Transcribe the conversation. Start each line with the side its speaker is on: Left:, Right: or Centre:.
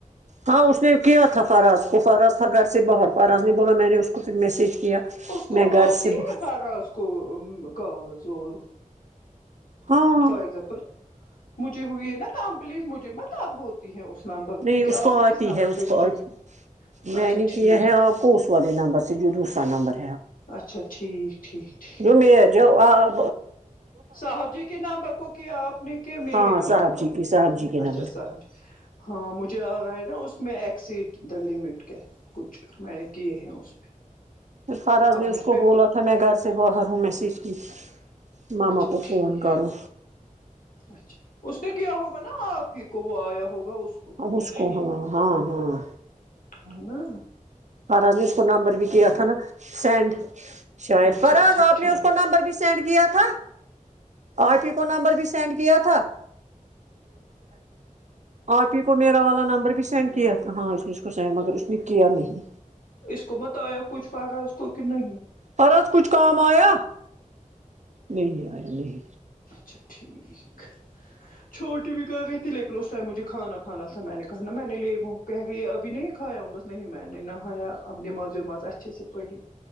Right: ہاں اس نے کیا تھا فراز کو فراز تھا گھر سے باہر فراز نہیں بولا میں نے اس کو پھر میسج کیا
Left: اس کو
Right: میں گھر
Left: آتی
Right: سے ب
Left: ہے فراز کو کال ور
Right: ہاں
Left: فار اگزامپل مجھے ہوئی نا کمپلیٹ مجھے م دب ہو ہیں اس نمبر
Right: نہیں
Left: پہ کہ
Right: اس کو
Left: آپ نے
Right: آتی
Left: کس نمبر
Right: ہے اس
Left: پہ
Right: کو
Left: مجھے
Right: آتی میں
Left: اچھا
Right: نے
Left: ٹھیک
Right: کیا ہے آپ کو اس والے نمبر سے جو دوسا نمبر
Left: اچھا ٹھیک ٹھیکٹھیک
Right: جوم جو آ
Left: صاحب جی کے نامبر کو کیا آپ نے کیا میرے
Right: ہاں
Left: نامبر
Right: صاحب
Left: پر
Right: جی کی صاحب جی کے
Left: اچھا
Right: نمبر
Left: صاحب
Right: کو
Left: جی ہاں مجھے آ رہا ہے نا اسس میں ایک سٹ دا لمٹ کیا کچھ میں نے کیے ہیں اس پہ
Right: پھر فرض
Left: اب
Right: نے
Left: مجھ
Right: اس کو
Left: پہ
Right: بولا تھا میں گھر سے باہر ہوں میسیج کی تھی ماما
Left: اچھا
Right: کو
Left: ٹھیک
Right: فون کرو
Left: اچھا اس نے کیا ہوگا نا آپ ہی کو وہ آیا ہوگا
Right: اب اس
Left: کہ نہیں
Right: کو
Left: ہی
Right: ہاں ہاں ہاں
Left: ہے نا
Right: فر آض نے اس کو نمبر بھی کیا تھا نا سینڈ شاید
Left: اچھا
Right: فر
Left: اچھا
Right: آض آپ
Left: ٹھیک
Right: نے اس کو نمبر بھی سینڈ کیا تھا آر پی کو نمبر بھی سینڈ کیا تھا ھم آرپ ہی کو میرا والا نمبر بھی سینڈ کیا تھا ہاں اس نے اس کو سینڈ مگر اس نے کیا نہیں
Left: اس کو بت آیا کچھ فقہ اس کو کہ نہیں
Right: پر ا کچھ کام آیا نہیں آیا نہیں
Left: اچھا ٹھیک چھوٹی بھی کہ گئی تھی لیکن اس ٹائم مجھے کھانا کھانا تھا میں نے کہا نا میں نے لے بہ کہ کے یہ ابھی نہیں کھایا انس نہیں میں نے نہایا اب نماز وماز اچھے سے پڑھی